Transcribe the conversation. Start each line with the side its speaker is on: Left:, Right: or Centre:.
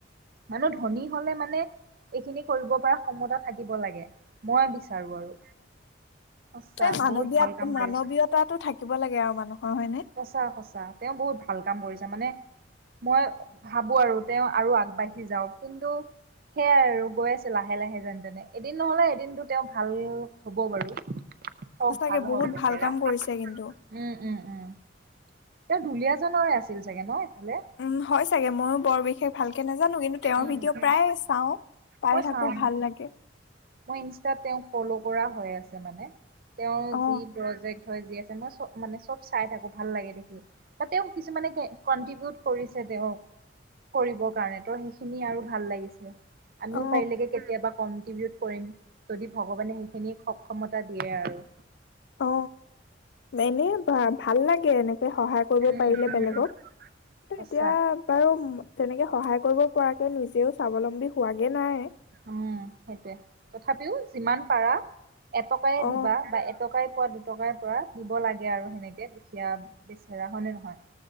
Right: মানুহ ধনী হ'লে মানে এইখিনি কৰিব পৰা ক্ষমতা থাকিব লাগে <inaudible> মই বিচাৰোঁ আৰু সঁচা
Left: মানৱীয়
Right: বহুত ভাল কাম
Left: মানৱীয়তাটো
Right: কৰিছে
Left: থাকিব লাগে আৰু মানুহৰ হয়নে
Right: সঁচা সঁচা তেওঁ বহুত ভাল কাম কৰিছে। মানে মই ভাবো আৰু তেওঁ আৰু আগবাঢ়ি যাওঁ‌ক কিন্তু সেয়াই আৰু গৈ আছে লাহে লাহে যেন তেনে এদিন নহলে এদিনটো তেওঁ ভাল হ'ব বাৰু হওক
Left: সঁচাকে
Right: ভাল
Left: বহুত
Right: হওক। বেচেৰা
Left: ভাল কাম কৰিছে
Right: উম
Left: কিন্তু
Right: উম উম তেওঁ দুলিয়াজানৰে আছিল চাগে ন ইফালে
Left: উম হয় চাগে ময়ো বৰ বিশেষ ভালকে নাজানো জানো কিন্তু তেওঁৰ
Right: উম
Left: ভিডিঅ'
Right: উম
Left: প্ৰায় চাওঁ পাই
Right: মই
Left: থাকো
Right: চাম
Left: ভাল লাগে।
Right: মই ইনষ্টাতত তেঁওক ফল্লৱ কৰা হৈ আছে। মানে তেওঁৰ
Left: অ
Right: যি প্ৰজেক্ট য আ মই চ মানে চব চাই থাকো ভাল লাগে দেখি বা তেওঁ কিছুমানে কণ্টিভিউত কৰিছে। তেওঁ কৰিব কাৰণে ত সেইখিনি আৰু ভাল লাগিছিল। আমিও
Left: অ
Right: পাৰিলেগে কেতিয়াবা কণ্টিভিও ত কৰিম যদি ভগৱানে সেইখিনিক সক্ষমতা দিয়ে আৰু
Left: অ এনেই ভা ভাল লাগে এনেই। সহায় কৰিব
Right: উম,
Left: পাৰিলে
Right: উম,
Left: বেলেগক কিন্তু
Right: সঁচা।
Left: এতিয়া বাৰু তেনেকে সহায় কৰিব পৰাকে নিজেও স্বাৱলম্বী হোৱাগে নাই।
Right: উম সেইটোয়ে তথাপিও যিমান পাৰা এটকাই
Left: অ
Right: দিবা বা এটকাই পোৱা দুটকাই পৰা দিব লাগে আৰু সেনেকে দুখীয়া বেচেৰা হয়নে নহয়?